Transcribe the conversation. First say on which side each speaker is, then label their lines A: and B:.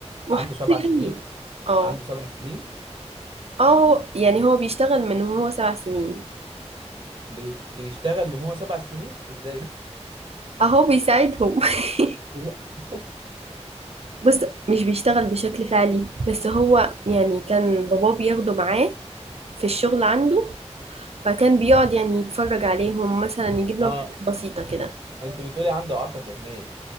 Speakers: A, on the right; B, on the right.
A: وحياته
B: عنده سبع سنين
A: يعني اه
B: عنده سبع سنين
A: اه هو يعني هو بيشتغل من وهو سبع سنين
B: بي... بيشتغل من هو سبع سنين ازاي ده
A: اهو بيساعدهم <laughs>
B: <laughs>
A: بص مش بيشتغل بشكل فعلي بس هو يعني كان باباه بياخده معاه في الشغل عنده فكان بيقعد يعني يتفرج عليهم مثلا يجيب لهم
B: اه
A: حاجات بسيطة كده
B: انت بتقولي عنده اعاقه ذهنيه